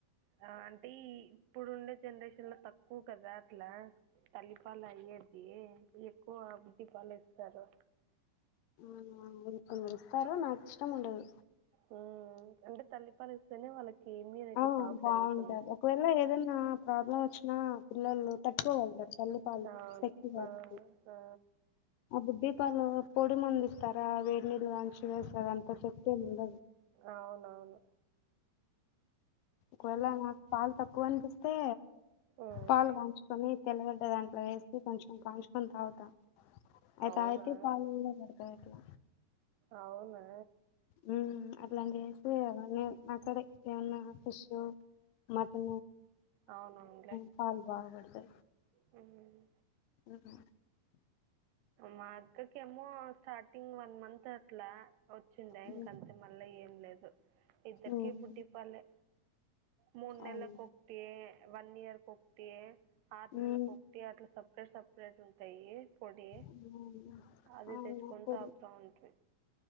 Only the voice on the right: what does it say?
ఆ ఆంటీ ఇప్పుడు ఉండే జనరేషన్ లో తక్కువ కదా అట్లా తల్లిపాలయ్యేది ఎక్కువ బుడ్డిపాలే ఇస్తారు
మ్మ్ అంటే తల్లిపాలు ఇస్తేనే వాళ్ళకి ఇమ్యూనిటీ
బాగా
పెరుగుతుంది
అవును
ఆ,
ఆ
అవునవును
ఉమ్
అవునా
అవునా
అవునవును లే
మ్మ్
మా అక్కకెమో స్టార్టింగ్ వన్ మంత్ అట్లా వచ్చిండా
ఇంకంతే మళ్ళా ఏం లేదు ఇద్దరికి
బుడ్డిపాలె మూడు
నెల్లకుకొక తే వన్ ఇయర్ ఒకటి ఆరు
నెలలకి ఒకటి టి అట్లా సపరేట్ సపరేట్ ఉంటాయి పొడి
అదే
తెచ్చకొని
తాగుతా వుంటిమి